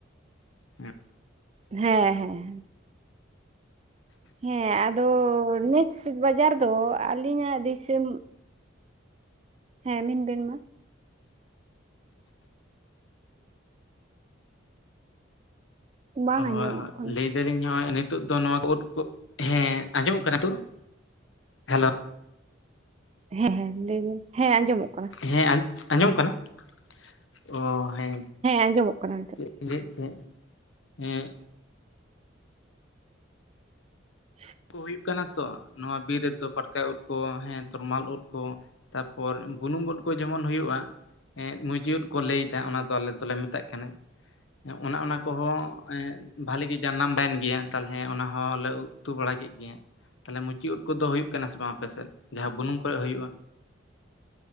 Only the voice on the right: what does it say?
ᱦᱮᱸ ᱦᱮᱸ ᱾ ᱦᱮᱸ ᱟᱫᱚ ᱱᱮᱥ ᱵᱟᱡᱟᱨ ᱫᱚ ᱟᱹᱞᱤᱧᱟᱜ ᱫᱤᱥᱚᱢ ᱦᱮᱸ ᱢᱮᱱ ᱵᱮᱱ ᱢᱟ ᱾ ᱵᱟᱝ
ᱟᱸᱡᱚᱢᱚᱜ
ᱠᱟᱱᱟ
ᱦᱮᱸ ᱦᱮᱸ ᱞᱟᱹᱭᱵᱮᱱ ᱾ ᱦᱮᱸ ᱟᱸᱡᱚᱢᱚᱜ ᱠᱟᱱᱟ ᱾
ᱟᱸᱡᱚᱢᱚᱜ ᱠᱟᱱᱟ ᱱᱤᱛᱚᱜ
<inaudible>